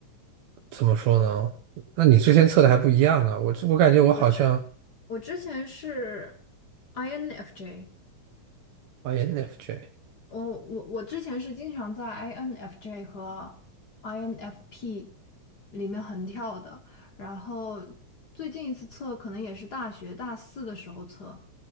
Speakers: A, on the right; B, on the left.
A: 怎么说呢？那你之前测的还不一样啊，我我感觉我好像
B: 我之我之前是 INFJ，
A: INFJ
B: 我我我之前是经常在 INFJ 和 INFP 里面横跳的，然后最近一次测可能也是大学大四的时候测，